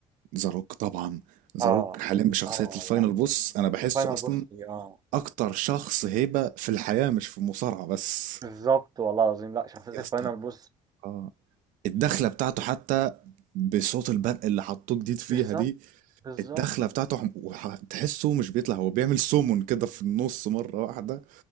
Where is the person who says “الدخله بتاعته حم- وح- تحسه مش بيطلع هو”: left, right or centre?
Right